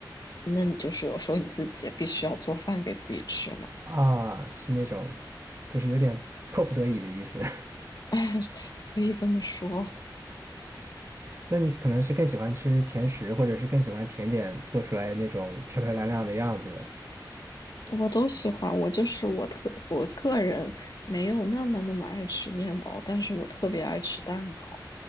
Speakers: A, on the left; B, on the right.
A: 那你就是有时候你自己也必须要做饭给自己吃嘛，
B: 啊，是那种，就是有点迫不得已的意思。<laughs>
A: <laughs> 可以这么说。
B: 那你可能是更喜欢吃甜食，或者是更喜欢甜点做出来那种漂漂亮亮的样子。
A: 我都喜欢，我就是我特我个人没有那么那么爱吃面包，但是我特别爱吃蛋糕，